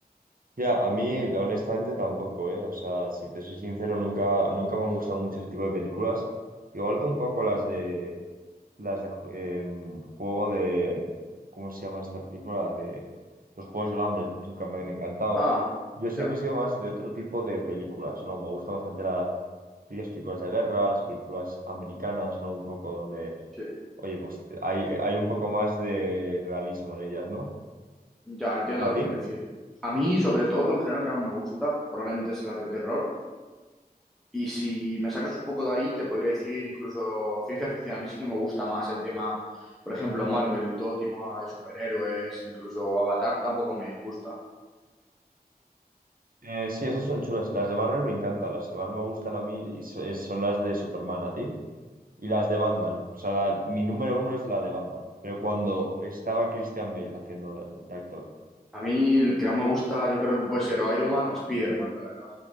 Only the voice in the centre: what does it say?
Tú-
Ah,
ya,
sí.
Ya entiendo
lo que
quieres decir. A mí, sobre todo, el género que más me gusta probablemente es el de terror. Y si me sacas un poco de ahí, te podría decir incluso ciencia ficción. A mí sí que me gusta más el tema, por ejemplo, Marvel, todo tipo de superhéroes, incluso Avatar tampoco me gusta.
A mí el que más me gusta, yo creo que puede ser o Iron Man o Spider-Man, la verdad.